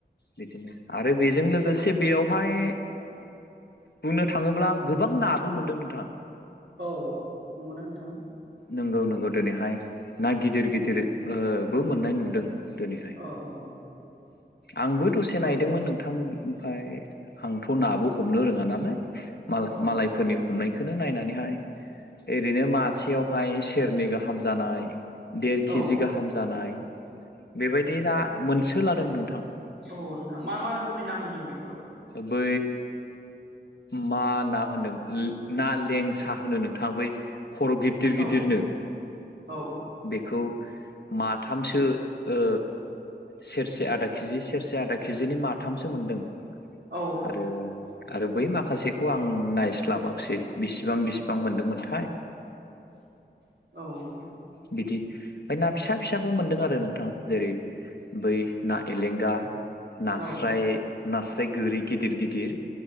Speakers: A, on the left; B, on the right.
A: बिदिनो आरो बेजों लोगोसे बेयावहाय बुंनो थाङोब्ला गोबां नाबो मोनदों नोंथां
B: औ नंगौना नोंथां?
A: नोंगौ-नोंगौ दोनैहाय ना गिदिर-गिदिर ओ बो मोननाय नुदों दोनैहाय
B: औ-औ
A: आंबो दसे नायदोंमोन नोंथां ओमफाय आंथ' नाबो हमनो रोङा नालाय। मा-मालायफोरनि
B: औ
A: हमनायखौनो नायनानैहाय ओरैनो मा से यावहाय सेरनै गाहाम जानाय देर
B: औ
A: केजि गाहाम जानाय बेबायदि ना मोनसो लादों नोंथां।
B: औ नोंथां मा मा रोखोमनि ना मोन्दों बेफोराव।
A: बै मा ना होनो ना लेंसा होनो नोंथां बै खर' गिदिर
B: औ
A: गिदिरनो।
B: औ।
A: बेखौ माथामसो ओ सेरसे आदा केजि सेरसे आदा केजिनि माथामसो मोनदों
B: औ
A: आरो आरो बै माखासेखौ आं नायस्लाबाखैसै बिसिबां-बिसिबां मोनदोंमोनथाय।
B: औ।
A: बिदि ओमफाय ना फिसा फिसाबो मोनदों आरो नोंथां जेरै बै ना एलेंगा नास्राय-नास्राय
B: औ
A: गोरि गिदिर गिदिर